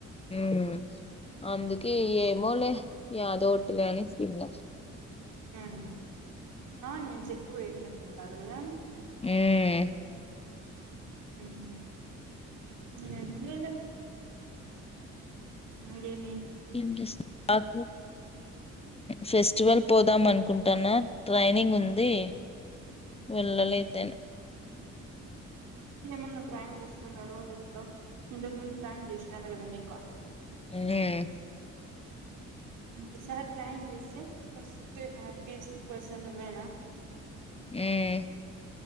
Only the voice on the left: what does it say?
మ్. అందుకే ఏమోలే, ఏయాదో తీలే అనేసి తిన్న.
మ్మ్..
ఏం చేస్తం, ఆగు. ఫెస్టివల్ పోదాం అనుకుంటాన్నా ట్రైనింగ్ ఉంది వెళ్ళలేతేనే
మ్మ్
ఏ